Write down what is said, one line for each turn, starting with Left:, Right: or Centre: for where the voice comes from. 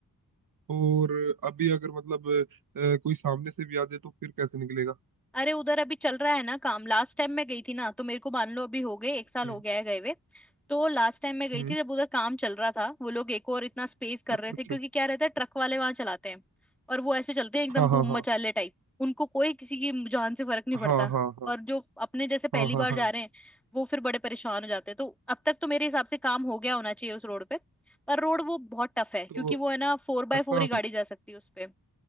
Right: और अभी अगर मतलब अ, कोई सामने से भी आ जाए तो फिर कैसे निकलेगा
Centre: अरे उधर अभी चल रहा है ना काम लास्ट टाइम मैं गई थी ना तो मेरे को मान लो अभी हो गए एक साल
Right: हम्म
Centre: हो गया है गए हुए तो लास्ट टाइम मैं गई
Right: हम्म
Centre: थी जब उधर काम चल रहा था वो लोग एक और इतना स्पेस कर
Right: अच्छा
Centre: रहे थे
Right: अच्छा
Centre: क्योंकि क्या रहता है ट्रक वाले वहां चलाते हैं और वो ऐसे चलते हैं एकदम
Right: हाँ
Centre: धूम
Right: हाँ हाँ
Centre: मचाले टाइप उनको कोई किसी की जान से फर्क नहीं पड़ता
Right: हाँ हाँ हाँ
Centre: और जो अपने जैसे पहली
Right: हाँ हाँ
Centre: बार
Right: हाँ
Centre: जा रहे हैं वो फिर बड़े परेशान हो जाते हैं तो अब तक तो मेरे हिसाब से काम हो गया होना चाहिए उस रोड पे पर रोड वो बहुत टफ है
Right: तो
Centre: क्योंकि वो है ना फोर बाय
Right: ऐसा
Centre: फोर ही गाड़ी जा सकती है उस पे